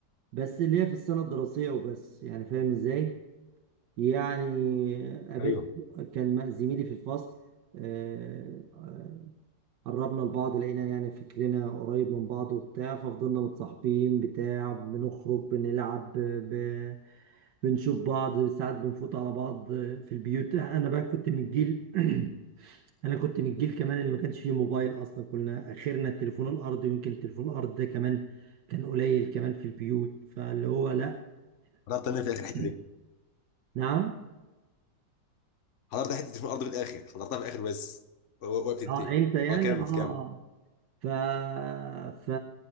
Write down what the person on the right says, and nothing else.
بس اللي هي في السنة الدراسية وبس يعني فاهم إزاي؟ يعني قابلت
كان زميلي في الفصل آه، قربنا لبعض لقينا يعني فكرنا قريب من بعض وبتاع ففضلنا متصاحبين بتاع بنخرج بنلعب ب... بنشوف بعض ساعات بنفوت على بعض في البيوت انا بقى كنت من الجيل <clears throat> انا كنت من الجيل كمان اللي ما كانش فيه موبايل اصلا كنا اخرنا التليفون الارضي ويمكن التليفون الارضي ده كمان كان قليل كمان في البيوت فاللي هو لا
<clears throat> نعم
اه انت يعني
اه
ف... ف...